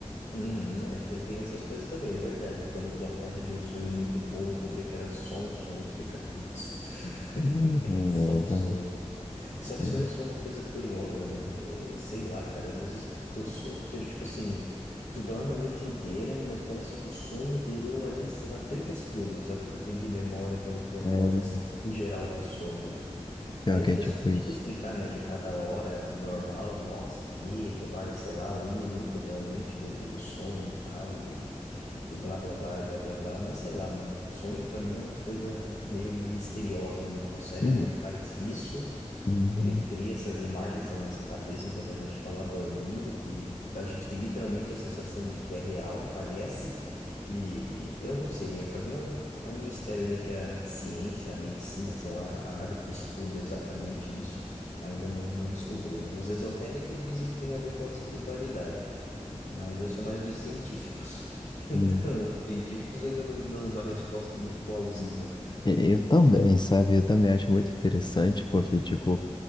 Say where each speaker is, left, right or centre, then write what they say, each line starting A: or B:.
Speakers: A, on the left; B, on the left.
A: Uhum, é, tem, tem essas coisas também, é verdade. Quando tu acorda de um sonho muito bom e tu vê que era só um sonho, tu fica, putz, <laughs>
B: Uhum,
A: só
B: exatamente.
A: um sonho. Só
B: Sim.
A: que sonhos são uma coisa curiosa, né? É, sei lá, cara, às vezes tu, so- tu, tipo assim, tu dorme a noite inteira, mas parece que o sonho durou ali, sei lá, 30 segundos, é o que tu tem de memória quando tu acorda,
B: É,
A: assim, em geral do sonho, né?
B: pior
A: Aí
B: que
A: as pessoas
B: é tipo isso.
A: tentam explicar, né, que cada hora normal, nossa, que equivale, sei lá, um minuto realmente dentro do sonho e tal, e, e blá blá blá, e blá blá blá, mas sei lá, mano, sonho pra mim é uma coisa meio misteriosa ainda. O cérebro
B: Não.
A: faz isso
B: Uhum.
A: ele cria essas imagens na nossa cabeça enquanto a gente está lá dormindo, que a gente tem literalmente a sensação de que é real, parece. E eu não sei, é para mim é um, é um mistério ainda que a ciência, a medicina, sei lá, a área que estuda exatamente isso, ainda não, não descobriu, né? Os esotéricos dizem que tem a ver com a espiritualidade, mas eu sou mais dos científicos. <laughs> Então,
B: uhum.
A: os científicos ainda não dão uma resposta muito plausível.
B: E- Eu também, sabe? Eu também acho muito interessante, porque, tipo,